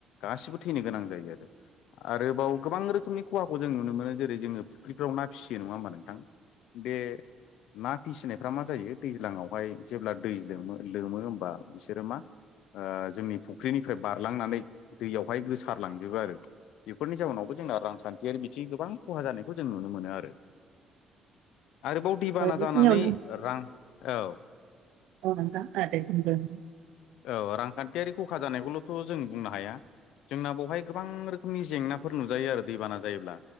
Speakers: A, on the left; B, on the right.
A: गासिबो थैनो गोनां जायो आरो। आरोबाव गोबां रोखोमनि खहाखौ जों नुनो मोनो जेरै जोङो फुख्रिफ्राव ना फिसियो। नङा होमबा नोंथां?
B: <unintelligible>
A: बे ना फिसिनायफ्रा मा जायो दैज्लांङावहाय जेब्ला दै लोमो लोमो होम बा बिसोरो मा ओ जोंनि फुख्रिनिफ्राय बारलांनानै दैयावहाय गोसारलांजोबो आरो। बेफोरनि जाउनावबो जोंना रांखान्थियारि बिथिं गोबां खहा जानायखौ जों नुनो मोनो आरो। आरोबाव दैबाना
B: बेखिनियावनो
A: जानानै रां औ
B: <unintelligible>
A: औ रांखान्थियारि खखा जानायखौल'थ' जों बुंनो हाया। जोंना बहाय गोबां रोखोमनि जेंनाफोर नुजायो आरो दैबाना जायोब्ला।